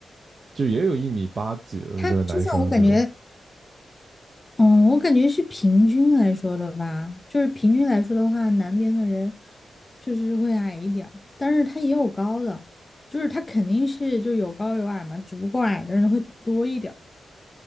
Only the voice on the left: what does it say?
他就像我感觉，嗯，我感觉是平均来说的吧，就是平均来说的话，南边的人确实会矮一点儿，但是他也有高的，就是他肯定是就有高有矮嘛，只不过矮的人会多一点儿